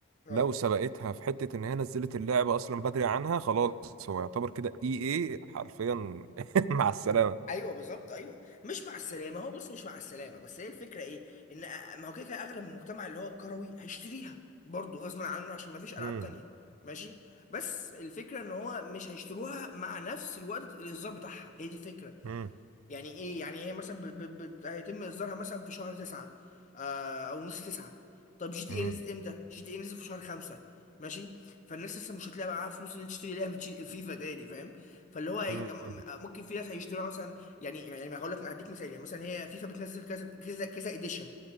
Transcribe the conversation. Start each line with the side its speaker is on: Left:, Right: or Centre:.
Left: اه
Right: لو سبقتها في حتة إن هي نزلت اللعبة أصلا بدري عنها خلاص هو يعتبر كده إي إيه حرفيا <laughs> مع السلامة
Left: ايوه بالظبط ايوه مش مع السلامه هو بص مش مع السلامه بس هي الفكره ايه ان أ- ما هو كده كده اغلب المجتمع اللي هو الكروي هيشتريها برضه غصب عنه عشان ما فيش العاب
Right: مم.
Left: تانية ماشي بس الفكره ان هو مش هيشتروها مع نفس الوقت الاصدار بتاعها هي دي الفكره
Right: مم.
Left: يعني ايه يعني هي مثلا ب... ب... ب... هيتم اصدارها مثلا في شهر تسعة آه او نص تسعة طب جي تي
Right: مم.
Left: ايه نزلت امتى جي تي ايه نزلت في شهر خمسة ماشي فالناس لسه مش هتلاقي معاها فلوس ان هي تشتري لعبه جي- <laughs> فيفا تاني فاهم فاللي هو هي...
Right: مم.
Left: م- م- ممكن في ناس هيشتروها مثلا يعني يعني هقول لك هديك مثال يعني مثلا هي فيفا بتنزل كذا كذا كذا اديشن